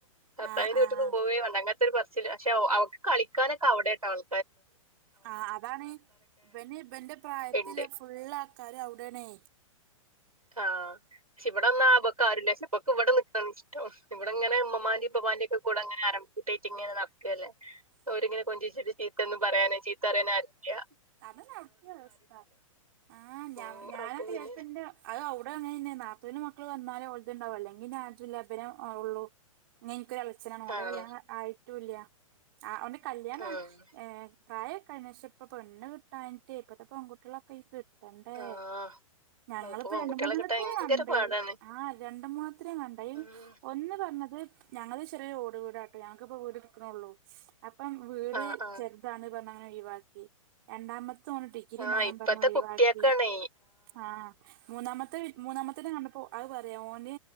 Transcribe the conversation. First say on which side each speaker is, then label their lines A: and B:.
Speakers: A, on the right; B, on the right.
A: ഭർത്താവിന്റെ
B: ആഹ് ആഹ്
A: വീട്ട്ക്ക് പോവേ വേണ്ട അങ്ങൻ അങ്ങൻത്തൊരു പർച്ചില് പക്ഷെ ഓ അവക്ക് കളിക്കാനൊക്കെ അവിടെട്ടോ ആൾ
B: ആഹ് അതാണ് ഇബന് ഇബന്റെ പ്രായത്തില്ല
A: ഇണ്ട്
B: ഫുള്ള്ആൾക്കാര് അവ്ടേണെ
A: ആഹ് ക്ഷെ ഇവിടെന്നാ ഇബക്ക് ആരൂല്ല പക്ഷെ ഇബക്ക് ഇവടെ നിക്കണഷ് ട്ടം ഇവടെങ്ങനെ ഇമ്മമ്മാന്റിം ഇപ്പപ്പാന്റെ ഒക്കെ കൂടെ അങ്ങനെ ആരംഭ കുട്ട്യായ്റ്റ് ഇങ്ങനെ നടക്ക്ല്ലേ ഓര്ങ്ങനെ കൊഞ്ചറച്ചിട്ട് ചീത്തന്നും പറയാനേ ചീത്തറയാന് ആരൂല്ല
B: അതന്നെ അവ്ടിത്തിം അവസ്ഥ ആഞ
A: ഉം
B: ഞാനൊക്കെ
A: അപ്പൊ പിന്നെ
B: ചെൽപ്പ ഇന്റെ അഅ് അവ്ടെ അങ്ങനെന്നെ നാത്തൂന്റെ മക്കള് വന്നാലെ ഓൽത്ണ്ടാവൂ അല്ലെങ്കിന്നെ ആര്തുല്ലനാജു ഇബന് ഒള്ളൂ ന്നെ ഇൻക്കൊരു എളച്ഛനാണ് ഓന്റെ
A: ആഹ്
B: കല്യാണം ആയിട്ടൂല്ല ആഹ് ഓന്റെ കല്യാണ
A: ആഹ്
B: ഏഹ് പ്രായക്കോ ആയിണ് ക്ഷെ ഇപ്പൊ പെണ്ണ് കിട്ടാഞ്ഞിട്ടെ ഇപ്പത്തെ പെങ്കുട്ട്യാളൊക്കെ ട്ടണ്ടേ
A: ആഹ്
B: ഞങ്ങളിപ്പ
A: അതിപ്പോ പെൺകുട്ടികളെ
B: രണ്ട് മൂന്നണ്ണത്തിന്
A: കിട്ടാൻ ഭയങ്കര
B: കണ്ട്
A: പാടാണ്
B: ആഹ് രണ്ട് മൂന്ന ത്രിം കണ്ടഅ്
A: ഉം
B: ഒന്ന് പർഞ്ഞത് ഞങ്ങത് ചെറേര് ഓട്- ട് വീടാട്ടോ ഞങ്ങക്ക്പ്പോ വീട് ഇട്ക്ക്ണൊള്ളൂ അപ്പം വീട്
A: ആഹ് ആഹ്
B: ചെർതാണ് പർഞ്ഞ അങ്ങനെ ഒഴിവാക്കി ക്കി രണ്ടാമത്തെ ഓന് ഡിഗ്രി
A: ആഹ്
B: മാണം
A: ഇപ്പത്തെ
B: പർഞ്ഞ് ഒഴിവാക്കി
A: കുട്ടിയക്കാണേ
B: ആഹ് മൂന്നാമത്തെ മൂന്നാമത്തത് കണ്ടപ്പോ അഅ് പറയാ ഓന്